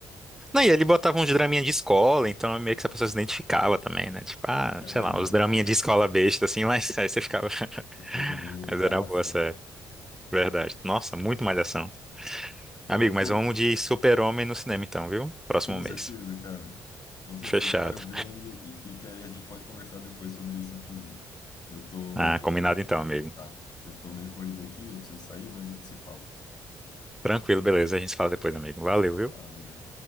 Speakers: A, in the centre; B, on the left.
A: Não, e ele botava uns draminha de escola, então meio que a pessoa se identificava também, né? Tipo, ah,
B: É
A: sei
B: verdade,
A: lá, uns draminha de escola besta, assim, mas <laughs> aí você ficava. <laughs>
B: uma coisa meio
A: Mas
B: malhação.
A: era uma boa série, verdade. Nossa, muito malhação.
B: Pô,
A: Amigo,
B: Afonso,
A: mas vamos de Super-Homem no cinema então, viu? Próximo
B: Com
A: mês.
B: certeza, cara. Com certeza,
A: Fechado.
B: quero ver e, e, e que aí a gente pode conversar depois sobre isso, inclusive. Eu tô,
A: Ah, combinado então, amigo.
B: tá, eu tô meio corrido aqui, eu preciso sair, mas a gente se fala.
A: Tranquilo, beleza. A gente se fala depois, amigo. Valeu, viu?
B: Valeu.